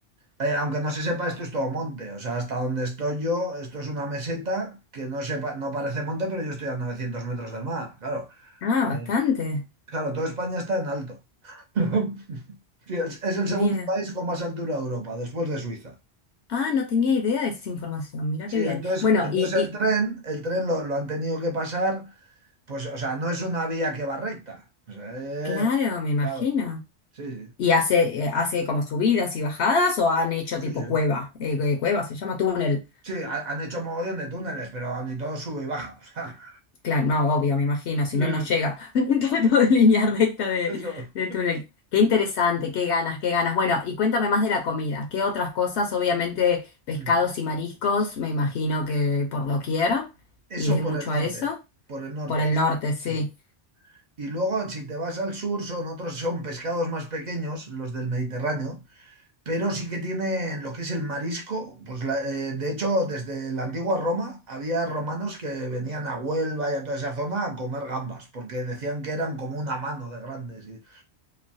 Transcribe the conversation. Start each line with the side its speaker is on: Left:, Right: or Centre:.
Right: eh, aunque no se sepa, esto es todo monte. O sea, hasta donde estoy yo, esto es una meseta que no sepa, no parece monte, pero yo estoy a 900 metros del mar. Claro,
Left: Ah,
Right: Eh,
Left: bastante.
Right: claro, toda España está en alto. <laughs> Sí, es, es el segundo
Left: Mira.
Right: país con más altura de Europa, después de Suiza.
Left: Ah, no tenía idea de esa información. Mira
Right: Sí,
Left: qué
Right: entonces,
Left: bien. Bueno,
Right: entonces
Left: y, y
Right: el tren, el tren lo, lo han tenido que pasar, pues, o sea, no es una vía que va recta. O sea,
Left: claro,
Right: eh,
Left: me imagino.
Right: claro, sí, sí,
Left: ¿Y hace, eh, hace como subidas y bajadas o han hecho
Right: sí,
Left: tipo
Right: sí.
Left: cueva? Eh, eh, cueva se llama túnel.
Right: Sí, ha- han hecho mogollón de túneles, pero ni todo sube y baja. O sea,
Left: Claro, no, obvio, me imagino, si
Right: <laughs> sí,
Left: no, no llega. <laughs> Trato de línea recta de,
Right: eso.
Left: de túnel. Qué interesante, qué ganas, qué ganas. Bueno, y cuéntame más de la comida. ¿Qué otras cosas? Obviamente, pescados
Right: Hmm.
Left: y mariscos, me imagino que por doquier.
Right: Eso
Left: Iré
Right: por
Left: mucho
Right: el norte,
Left: a eso.
Right: por el norte,
Left: Por el
Right: eso,
Left: norte, sí.
Right: sí. Y luego, si te vas al sur, son otros, son pescados más pequeños, los del Mediterráneo, pero sí que tienen lo que es el marisco. Pues la- eh, de hecho, desde la antigua Roma había romanos que venían a Huelva y a toda esa zona a comer gambas, porque decían que eran como una mano de grandes. y-